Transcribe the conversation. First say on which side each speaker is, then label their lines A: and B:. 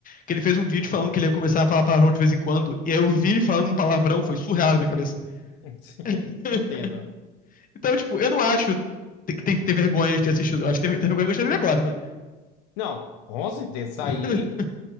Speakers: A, on the left; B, on the left.
A: Que ele fez um vídeo falando que ele ia começar a falar palavrão de vez em quando. E aí eu vi ele falando um palavrão, foi surreal na minha cabeça.
B: <laughs>
A: <laughs>
B: Entendo.
A: Então, tipo, eu não acho que tem que ter vergonha de ter assistido. Eu acho que tem que ter vergonha de gostar
B: Uhum.
A: dele agora, né?
B: Não, com certeza, isso
A: <laughs>
B: aí.